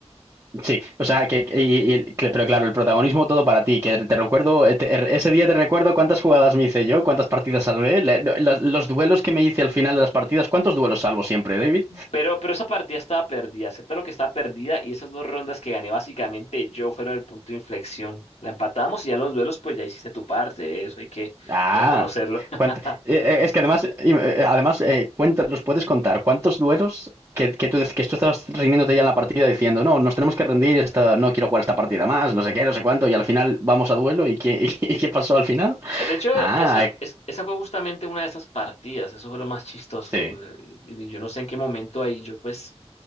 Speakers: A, on the right; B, on the left.
A: Sí, o sea, que, y- y- cl- pero claro, el protagonismo todo para ti, que te recuerdo, eh, te- er, ese día te recuerdo cuántas jugadas me hice yo, cuántas partidas salvé, le- lo- las- los duelos que me hice al final de las partidas, ¿cuántos duelos salvo siempre, David?
B: Pero, pero esa partida estaba perdida, acepta lo que estaba perdida y esas dos rondas que gané básicamente yo fueron el punto de inflexión. La empatamos y ya en los duelos pues ya hiciste tu parte, eh, eso hay que
A: Ah,
B: reconocerlo. <laughs>
A: cuánt- eh, eh, es que además, im- eh, además eh, cuenta- los puedes contar, ¿cuántos duelos que, que tú, dec- que tú estás rindiéndote ya en la partida diciendo, no, nos tenemos que rendir, esta, no quiero jugar esta partida más, no sé qué, no sé cuánto, y al final vamos a duelo, ¿y qué, <laughs> y qué pasó al final?
B: De hecho,
A: Ah,
B: esa,
A: eh,
B: es- esa fue justamente una de esas partidas, eso fue lo más chistoso.
A: sí.
B: eh, y- y yo no sé en qué momento ahí yo pues